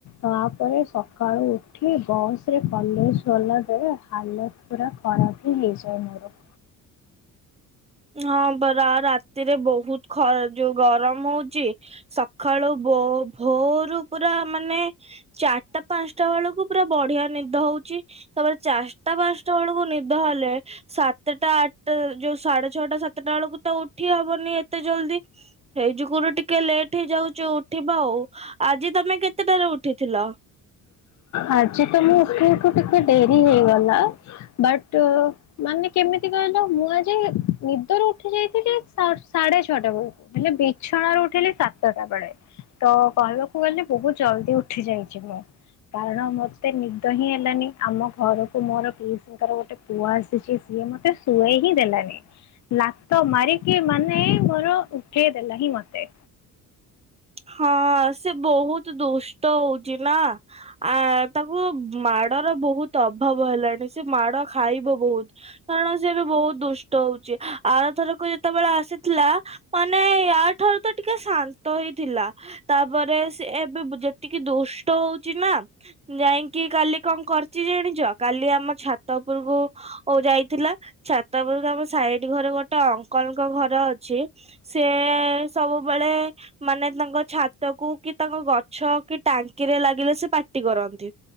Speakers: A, on the left (about 55°); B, on the right (about 20°).
A: ତାପରେ ସକାଳୁ ଉଠି ବସ ରେ କଲେଜ ଗଲା ବେଳେ ହାଲତ ପୁରା ଖରାପ ହି ହେଇ ଯାଏ ମୋର।
B: ହଁ ପରା ରାତିରେ ବହୁତ ଖ ଯୋଉ ଗରମ ହଉଚି। ସକାଳୁ ବୋ ଭୋରୁ ପୁରା ମାନେ ଚାର ଟା ପାଞ୍ଚ ଟା ବେଳକୁ ପୁରା ବଢିଆ ନିଦ ହଉଚି। ତାପରେ ଚାସ ଟା ପାଞ୍ଚଟା ବେଳକୁ ନିଦ ହେଲେ ସାତଟା ଆଟ ଟା ଯୋଉ ସାଢେ ଛଅଟା ସାତଟା ବେଳକୁ ତ ଉଠି ହବନି ଏତେ ଜଲ୍ଦି ସେଇ ଯୁଗରୁ ଟିକେ ଲେଟ୍ ହେଇଯାଉଜି ଉଠିବା ଆଉ ଆଜି ତମେ କେତେ ଟାରେ ଉଠିଥିଲ?
A: ଆଜି ତ ମୁଁ ଉଠୁ ଉଠୁ ଟିକେ ଡେରି ହେଇଗଲା ବଟ ମାନେ କେମିତି କହିଲ ମୁଁ ଆଜି ନିଦରୁ ଉଠି ଯାଇଥିଲି ସା ସାଢେ ଛଅଟା ବେଳକୁ ହେଲେ ବିଛଣା ରୁ ଉଠିଲି ସାତଟା ବେଳେ। ତ କହିବାକୁ ଗଲେ ବହୁତ ଜଲଦି ଉଠି ଯାଇଚି ମୁଁ। କାରଣ ମତେ ନିଦ ହିଁ ହେଲାନି ଆମ ଘରକୁ ମୋର ପିଇଶୀଙ୍କର ଗୋଟେ ପୁଅ ଆସିଚି ସିଏ ମତେ ଶୁଏଇ ହିଁ ଦେଲାନି। ଲାତ ମାରିକି ମାନେ ମୋର ଉଠେଇ ଦେଲା ହିଁ ମତେ।
B: ହଁ ସେ ବହୁତ ଦୁଷ୍ଟ ହଉଚି ନା। ଆ ତାକୁ ମାଡର ବହୁତ ଅଭାବ ହେଲାଣି ସେ ମାଡ ଖାଇବ ବହୁତ। କାରଣ ସେ ଏବେ ବହୁତ ଦୁଷ୍ଟ ହଉଚି ଆରଥରକ ଯେତେବେଳେ ଆସିଥିଲା ମାନେ ଇଆ ଠାରୁ ତ ଟିକେ ଶାନ୍ତ ହି ଥିଲା ତାପରେ ସେ ଏବେ ଯେତିକି ଦୁଷ୍ଟ ହଉଚି ନା ଯାଇଙ୍କି କାଲି କଣ କରିଚି ଜାଣିଚ କାଲି ଆମ ଛାତ ଉପରୁକୁ ଓ ଯାଇଥିଲା ଛାତଉପୁରୁକୁ ଆମ ସାଇଡ ଘରେ ଗୋଟେ ଅଙ୍କଲ ଙ୍କ ଘର ଅଛି ସେ ସବୁବେଳେ ମାନେ ତାଙ୍କ ଛାତକୁ କି ତାଙ୍କ ଗ ଛ କି ଟାଙ୍କିରେ ଲାଗିଲେ ସେ ପାଟି କରନ୍ତି